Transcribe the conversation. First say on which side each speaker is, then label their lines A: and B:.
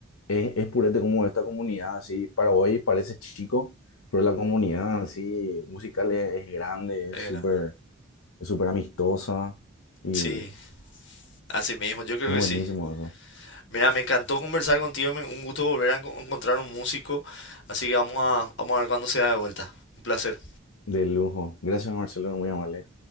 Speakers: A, on the left (about 75°); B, on the left (about 55°).
A: es, es purete como esta comunidad, así, para hoy parece chico, pero la comunidad así musical es, es grande,
B: Es
A: es súper,
B: grande.
A: es súper amistosa y
B: Sí, así mismo, yo creo
A: es
B: que
A: buenísimo
B: sí.
A: eso.
B: Mira, me encantó conversar contigo, me- un gusto volver a enco- encontrar un músico, así que vamos a, vamos a ver cuándo se da de vuelta. Un placer.
A: De lujo. Gracias, Marcelo, muy amable.